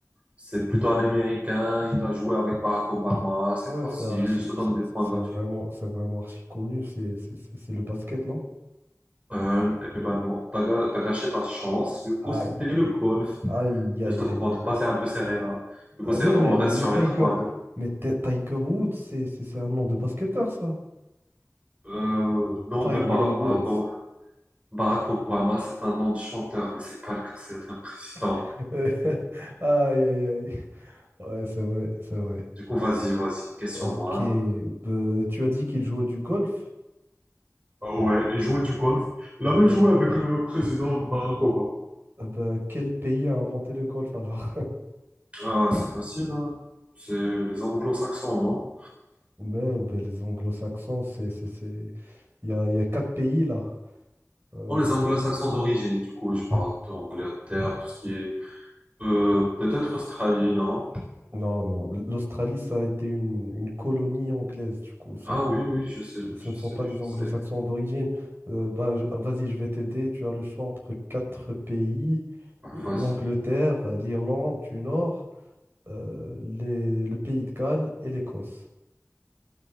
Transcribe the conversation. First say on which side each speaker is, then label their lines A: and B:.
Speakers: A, on the right; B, on the right.
A: C'est plutôt un Américain. Il a joué avec Barack Obama. C'est
B: Ouais,
A: facile.
B: c'est archi,
A: Je te donne
B: c'est
A: des points
B: c'est
A: gratuits.
B: vraiment, c'est vraiment archi connu, c'est c'est- c'est- c'est le basket, non?
A: Euh, eh ben non. T'as ga- t'as gâché ta chance. Du coup,
B: Aïe,
A: c'était le golf.
B: aïe, aïe,
A: Je te compte
B: aïe, aïe.
A: pas. C'est un peu serré là. Du
B: Ah,
A: coup, c'est,
B: Mais, mais,
A: on
B: mais,
A: reste
B: mais
A: sur
B: Tiger,
A: les 3-2.
B: mais Ti- Tiger Woods, c'est c'est- c'est un nom de basketteur, ça.
A: Euh, non,
B: Tiger
A: même Barack,
B: Woods.
A: Barack O-
B: Euh,
A: Barack Obama, c'est un nom de chanteur, mais c'est pas le cas. C'est un président.
B: <laughs> Aïe, aïe, aïe. Ouais, c'est vrai, c'est vrai.
A: Du coup, vas-y, vas-y, question-moi.
B: Ok, bah, tu as dit qu'il jouait du golf.
A: Ah Ouais, et jouer du golf. Il a
B: Ah
A: même
B: bah-
A: joué avec le président Koba.
B: ah bah, quel pays a inventé le golf alors? <laughs>
A: Ah, c'est facile, hein. C'est les anglo-saxons, non?
B: Ben bah, les anglo-saxons, c'est, c'est, c'est... Il y a, il y a quatre pays là. Euh,
A: Non,
B: bah,
A: les anglo-saxons d'origine, du coup, je parle d'Angleterre, tout ce qui est... Euh, peut-être Australie, non?
B: non, non, l'Australie, ça a été une, une colonie anglaise, du coup. c'est-
A: Ah oui, oui, je sais,
B: ce
A: je
B: ne sont
A: sais,
B: pas
A: je
B: des anglo-saxons
A: sais.
B: d'origine. Euh, bah, je- ah, vas-y, je vais t'aider. Tu as le choix entre quatre pays,
A: Ah,
B: euh,
A: Vas-y.
B: l'Angleterre, euh, l'Irlande du Nord, euh, les- le pays de Galles et l'Écosse.